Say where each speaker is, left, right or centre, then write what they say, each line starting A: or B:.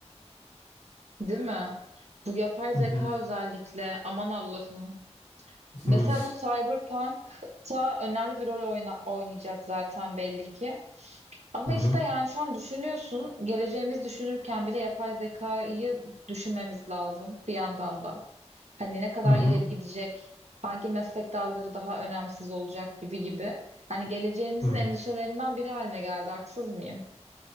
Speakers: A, on the right (about 70°); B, on the left (about 80°).
A: değil mi? Bu yapay zeka
B: Hı hı.
A: özellikle aman Allah'ım. Mesela
B: Hı
A: bu Cyberpunk'ta önemli bir rol oyna- oynayacak zaten belli ki. Ama
B: hı.
A: işte yani şu an düşünüyorsun, geleceğimiz düşünürken bile yapay zekayı düşünmemiz lazım bir yandan da. Hani ne kadar
B: Hı hı.
A: ileri gidecek, hangi meslek dalları daha önemsiz olacak gibi gibi. Hani geleceğimizin
B: Hı hı.
A: endişelerinden biri haline geldi, haksız mıyım?